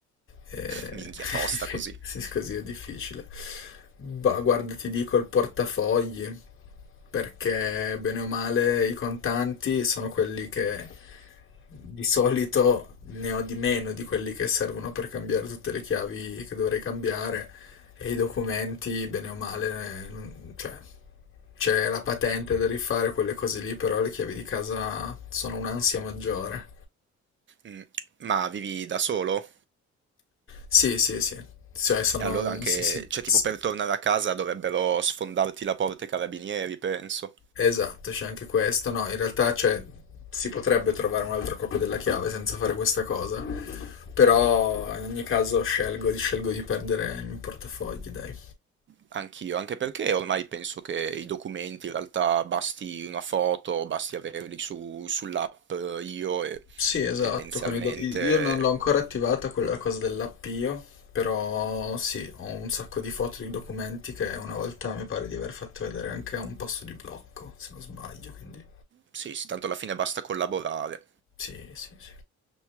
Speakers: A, on the left; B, on the right.
A: Eh,
B: Minchia,
A: <laughs>
B: tosta così.
A: sì, così è difficile. Ma guarda, ti dico il portafogli, perché bene o male i contanti sono quelli che di solito ne ho di meno di quelli che servono per cambiare tutte le chiavi che dovrei cambiare e i documenti, bene o male, eh, non- cioè, c'è la patente da rifare, quelle cose lì, però le chiavi di casa sono un'ansia maggiore.
B: Mm, Ma vivi da solo?
A: Sì, sì, sì, cioè sono...
B: E allora anche,
A: Sì, sì,
B: cioè tipo
A: sì.
B: per tornare a casa dovrebbero sfondarti la porta i carabinieri, penso.
A: Esatto, c'è anche questo. No, in realtà cioè, si potrebbe trovare un'altra copia della chiave senza fare questa cosa, però in ogni caso scelgo, scelgo di perdere i miei portafogli, dai.
B: Anch'io, anche perché ormai penso che i documenti in realtà basti una foto, basti averli su- sull'app eh, io e
A: Sì, esatto,
B: tendenzialmente
A: con i do- i- io non l'ho ancora attivata quella cosa dell'appio, però sì, ho un sacco di foto di documenti che una volta mi pare di aver fatto vedere anche a un posto di blocco, se non sbaglio, quindi
B: sì, sì, tanto alla fine basta collaborare.
A: sì, sì, sì.